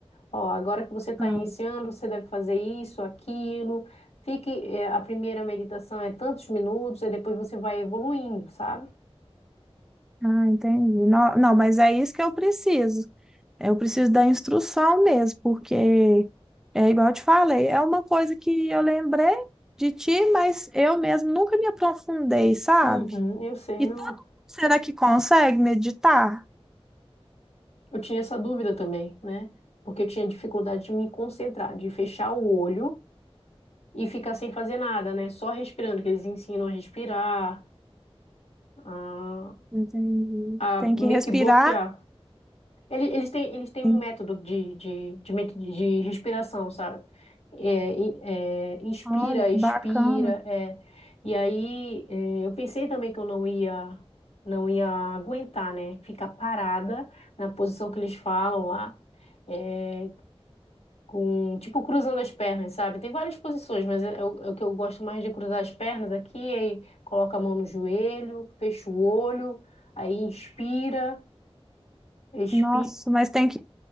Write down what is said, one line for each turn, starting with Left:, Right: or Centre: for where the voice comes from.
Left: Ó, agora que você está
Centre: Ah,
Left: iniciando, você deve fazer isso, aquilo. Fique, eh, a primeira meditação é tantos minutos, e depois você vai evoluindo, sabe?
Centre: ah, entendi. Não, não, mas é isso que eu preciso. Eu preciso da instrução mesmo, porque é igual eu te falei, é uma coisa que eu lembrei de ti, mas eu mesmo nunca me aprofundei, sabe?
Left: Uhum, eu sei,
Centre: E
Left: não.
Centre: todo mundo será que consegue meditar?
Left: Eu tinha essa dúvida também, né? Porque eu tinha dificuldade de me concentrar, de fechar o olho e ficar sem fazer nada, né? Só respirando, que eles ensinam a respirar, a,
Centre: Entendi.
Left: a
Centre: Tem que
Left: meio
Centre: respirar.
Left: que bloquear. Ele- Eles têm, eles têm
Centre: Sim.
Left: um método de, de, de, med- de respiração, sabe? É, in- é, inspira,
Centre: Olha, que
Left: expira,
Centre: bacana.
Left: é. E aí, é, eu pensei também que eu não ia, não ia aguentar, né? Ficar parada na posição que eles falam lá. É, com tipo cruzando as pernas, sabe? Tem várias posições, mas é é o é o que eu gosto mais de cruzar as pernas aqui, aí coloca a mão no joelho, fecha o olho, aí inspira, expira.
Centre: Nossa, mas tem que,